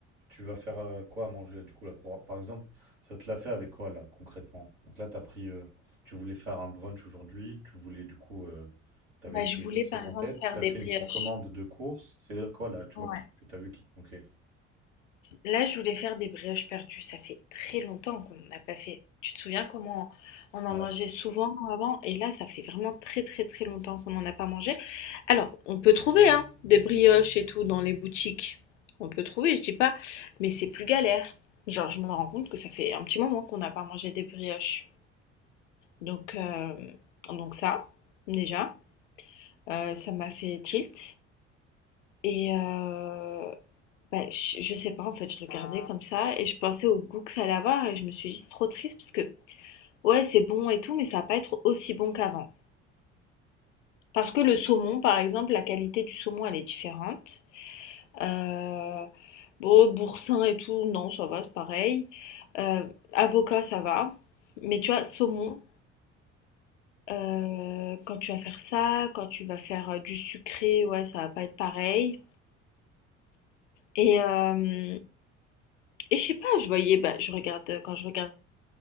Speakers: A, on the right; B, on the left.
A: Tu vas faire euh, quoi à manger là, du coup là pour- Par exemple, ça te l'a fait avec quoi là concrètement? Donc là, t'as pris, euh, tu voulais faire un brunch aujourd'hui, tu voulais du coup, euh, t'avais
B: bah,
A: tes
B: je voulais
A: recettes
B: par exemple
A: en tête,
B: faire
A: t'as
B: des
A: fait
B: brioches.
A: une petite commande de course. C'est quoi là? Tu
B: Ouais.
A: vois qui- que t'as vu qui te manquait?
B: Là, je voulais faire des brioches perdues. Ça fait très longtemps qu'on n'en a pas fait. Tu te souviens comment on en
A: Ouais.
B: mangeait souvent avant? Et là, ça fait vraiment très très très longtemps qu'on n'en a pas mangé. Alors, on peut trouver hein, des brioches et tout dans les boutiques. On peut trouver, je dis pas, mais c'est plus galère. Genre, je me rends compte que ça fait un petit moment qu'on n'a pas mangé des brioches. Donc, euh, donc ça, déjà. Euh, ça m'a fait tilt. Et euh, bah, je, je sais pas, en fait, je regardais comme ça et je pensais au goût que ça allait avoir et je me suis dit, c'est trop triste parce que, ouais, c'est bon et tout, mais ça va pas être aussi bon qu'avant. Parce que le saumon, par exemple, la qualité du saumon, elle est différente. Euh, bon, boursin et tout, non, ça va, c'est pareil. Euh, avocat, ça va. Mais tu vois, saumon, euh, quand tu vas faire ça, quand tu vas faire euh, du sucré, ouais, ça va pas être pareil. Et, euh, Et je sais pas, je voyais, bah, je regarde, euh, quand je regarde